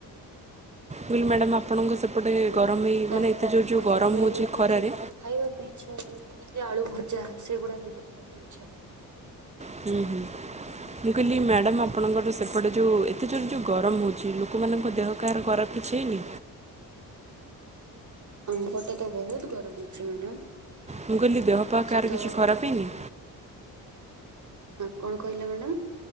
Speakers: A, on the right; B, on the right.
A: ଭୁଲ ମ୍ୟାଡ଼ାମ ଆପଣଙ୍କ ସେପଟେ। ଗରମ ହେଇ
B: ମୋ
A: ମାନେ ଏତେ ଜୋର ଯେଉଁ ଗରମ
B: ଶୀଘର
A: ହେଉଛି
B: ହେଲେ ବି
A: ଖରାରେ
B: କିଛି ଖାଇବା ପାଇଁ ଇଛା ହୁଏନି ଯେମତି ଆଳୁ ଭଜା। ସେଇଗୁଡା ବି। ଖାଇବା ପାଇଁ ଇଚ୍ଛା ହବନି।
A: ହୁଁ ହୁଁ ମୁଁ କହିଲି ମ୍ୟାଡାମ ଆପଣଙ୍କର ତ ସ ସେପଟେ ଯୋଉ ଏତେ ଯୋର ଯୋଉ ଗରମ ହଉଛି ଲୋକମାନଙ୍କ ଦେହ କାହାର ଖରାପ କିଛି ହେଇନି।
B: ଆମ ପଟେ ତ ବହୁତ ଗରମ ଅଛି ମ୍ୟାଡାମ।
A: ମୁଁ କହିଲି ଦେହ ପା
B: ଆଜି
A: କଆର
B: ତ
A: କିଛି ଖରାପ ହେଇନି।
B: ହଁ କଣ କହିଲା ମ୍ୟାଡ଼ାମ।